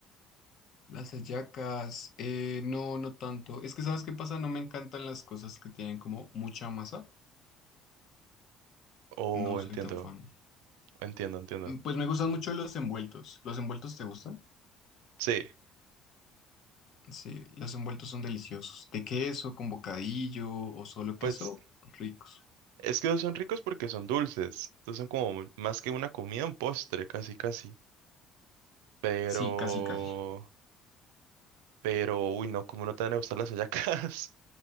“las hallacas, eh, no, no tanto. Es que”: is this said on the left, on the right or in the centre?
Left